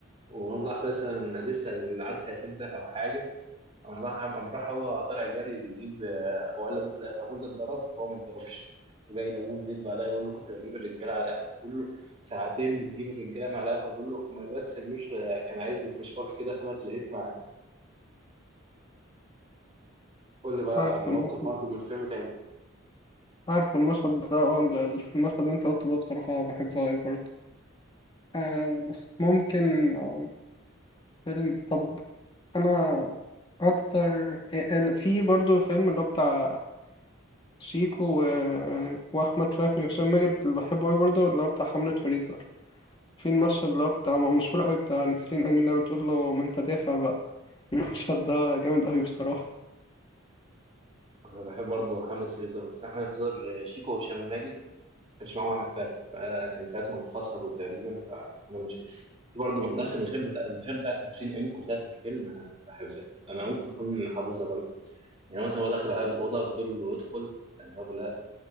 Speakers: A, on the right; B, on the left.
A: وقام راح مثلا لسه العركه هتبدا او حاجه قام راح قام راح هو طالع جري بيجيب آه، وقال لابوه في الاخر ابوه اللي اتضرب وهو ما اتضربش وجاي لابوه البيت بعدها يقول له كنت بجيب الرجاله على القهوه بيقول له ساعتين بتجيب الرجاله مع القهوه بيقول له ما الواد سمير آه، كان عايزني في مشوار كده فانا اتلهيت معاه قول لي بقى
B: عارف
A: عن موقف
B: المشهد
A: برضه من الفيلم تاني
B: عارف المشهد ده اه ال- ال- المشهد اللي انت قلته ده بصراحة بحبه أوي برضه آه، ممكن آه، فيلم طب أنا أكتر آه، آه، في برضه فيلم اللي هو بتاع شيكو و... آه، وأحمد فهمي وهشام ماجد اللي بحبه أوي برضه اللي هو بتاع حملة فريزر في المشهد اللي هو بتاع ما هو مشهور أوي بتاع نسرين أمين اللي بتقول له ما أنت دافع بقى <laughs> المشهد ده جامد أوي بصراحة
A: انا بحب برضه حملة فريزر بس أنا حملة فريزر شيكو وهشام ماجد ما كانش معاهم احمد فهمي فكان ساعتهم انفصلوا تقريبا فعمل مشاكل في برضه نفس المشاهد بتاع المشاهد بتاعت نسرين امين كلها في الفيلم انا بحبها انا ممكن اكون حافظها برضه يعني مثلا هو داخل على الاوضه بتقول له ادخل قال له لا